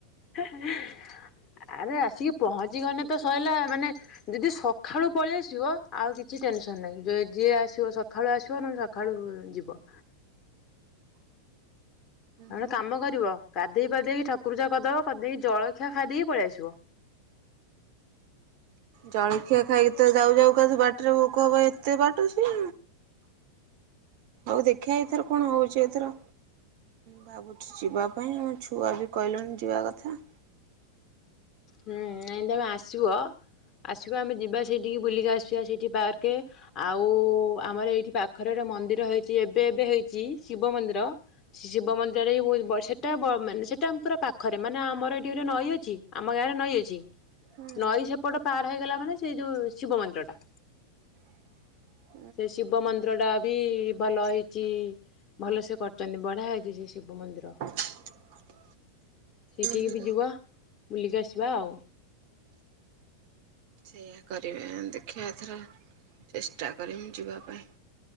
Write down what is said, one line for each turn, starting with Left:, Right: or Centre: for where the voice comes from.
Left: ଆରେ ଆସିକି ପହଞ୍ଚି ଗଲେ ତ ସରିଲା ମାନେ ଯଦି ସକାଳୁ ପଳେଇ ଆସିବ ଆଉ କିଛି ଟେନସନ ନାହିଁ ଯ ଯିଏ ଆସିବ ସକାଳୁ ଆସିବ ନହଲେ ଖାଳୁ ଯିବ ନ ହେନେ
Right: ହୁଁ
Left: କାମ କରିବ ଗାଧେଇ ପାଧେଇକି ଠାକୁର ପୂଜା କରିଦବ କରିଦେଇକି ଜଳଖିଆ ଖାଇ ଦେଇକି ପଳେଇ ଆସିବ
Right: ଜଳଖିଆ ଖାଇକି ତ ଯାଉ ଯାଉ କା ବାଟରେ ଭୋକ ହବ ଏତେ ବାଟ ସିଏ ଆଉ ଦେଖିବା ଏଥର କଣ ହଉଛି ଏଥର ଭାବୁଛି ଯିବା ପାଇଁ ମୋ ଛୁଆ ବି କହିଲେଣିି ଯିବା କଥା
Left: ହୁଁ ନାଇଁ ତମେ ଆସିବ ଆସିବ ଆମେ ଯିବା ସେଇଠିକି ବୁଲିକି ଆସିବା ସେଇଠି ବାରକେ ଆଉ ଆମର ଏଇଠି ପାଖରେ ମନ୍ଦିର ହେଇଛି ଏବେ ଏବେ ହେଇଛି ଶିବ ମନ୍ଦିର ଶିବ ମନ୍ଦିରରେ ସେଟା ମାନେ ସେଟା ପୁରା ପାଖରେ ମାନେ ଆମର ଏଇଠି ଗୋଟେ ନଈ ଅଛି ଆମ ଗାଁରେ ନଈ ଅଛି
Right: ଉଁ
Left: ନଈ ସେପଟ ପାର ହେଇଗଲା ମାନେ ସେଇ ଯୋଉ ଶିବ ମନ୍ଦିର ଟା
Right: <unintelligible>
Left: ସେ ଶିବ ମନ୍ଦିର ଟା ବି ଭଲ ହେଇଛି ଭଲ ସେ କରଛନ୍ତି ବଢିଆ ହେଇଛି ସେ ଶିବ ମନ୍ଦିର
Right: <unintelligible>
Left: ସେଇଠିକି
Right: ହୁଁ
Left: ବି ଯିବା ବୁଲିକି ଆସିବା ଆଉ
Right: ସେଇଆ କରିବା ଦେଖିବା ଏଥର ଚେଷ୍ଟା କରିମି ଯିବା ପାଇଁ